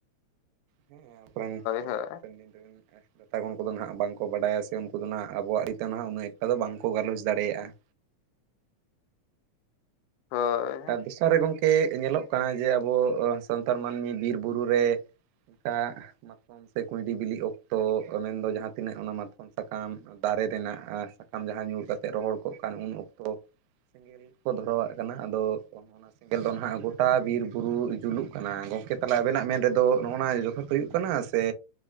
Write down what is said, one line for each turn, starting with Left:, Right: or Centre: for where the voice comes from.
Right: ᱦᱮᱸ ᱟᱵᱚ ᱨᱮᱱ
Left: ᱦᱳᱭ ᱦᱳᱭ
Right: ᱦᱟᱯᱮᱱ ᱫᱤᱱ ᱨᱮᱱ ᱫᱟᱛᱟ ᱜᱚᱱ ᱠᱚᱫᱚ ᱱᱟᱦᱟᱜ ᱵᱟᱝᱠᱚ ᱵᱟᱰᱟᱭᱟ ᱥᱮ ᱩᱱᱠᱩ ᱫᱚ ᱱᱟᱦᱟᱜ ᱟᱵᱚᱣᱟᱜ ᱨᱤᱛᱟᱹ ᱱᱟᱦᱟᱜ ᱩᱱᱟᱹ ᱮᱠᱴᱟ ᱫᱚ ᱵᱟᱝᱠᱚ ᱜᱟᱞᱚᱪ ᱫᱟᱲᱮᱭᱟᱜᱼᱟ
Left: ᱦᱳᱭ
Right: ᱟᱨ ᱫᱤᱥᱚ ᱨᱮ ᱜᱚᱝᱠᱮ ᱮ ᱧᱮᱞᱚᱜ ᱠᱟᱱᱟ ᱡᱮ ᱟᱵᱚ ᱥᱟᱱᱛᱟᱲ ᱢᱟᱹᱱᱢᱤ ᱵᱤᱨ ᱵᱩᱨᱩ ᱨᱮ ᱚᱱᱠᱟ ᱠᱚᱢ ᱥᱮ ᱠᱩᱸᱩᱭᱴᱤ ᱵᱤᱞᱤ ᱚᱠᱛᱚ ᱢᱮᱱᱫᱚ ᱡᱟᱦᱟᱸ ᱛᱤᱱᱟᱹᱜ ᱚᱱᱟ ᱢᱟᱛᱠᱚᱢ ᱥᱟᱠᱟᱢ ᱫᱟᱨᱮ ᱨᱮᱱᱟᱜ ᱥᱟᱠᱟᱢ ᱡᱟᱦᱟᱸ ᱧᱩᱨ ᱠᱟᱛᱮᱜ ᱨᱚᱦᱚᱲ ᱠᱚᱜ ᱠᱟᱱ ᱩᱱ ᱚᱠᱛᱚ ᱥᱮᱸᱜᱮᱞ ᱠᱚ ᱫᱷᱚᱨᱟᱣᱟᱜ ᱠᱟᱱᱟ ᱟᱫᱚ ᱚᱱᱟ ᱥᱮᱸᱜᱮᱞ ᱫᱚ ᱱᱟᱦᱟᱜ ᱜᱚᱴᱟ ᱵᱤᱨ ᱵᱩᱨᱩ ᱡᱩᱞᱩᱜ ᱠᱟᱱᱟ ᱜᱚᱝᱠᱮ ᱛᱟᱦᱚᱞᱮ ᱟᱵᱮᱱᱟᱜ ᱢᱮᱱ ᱨᱮᱫᱚ ᱱᱚᱜᱼᱚᱱᱟ ᱦᱩᱭᱩᱜ ᱠᱟᱱᱟ ᱥᱮ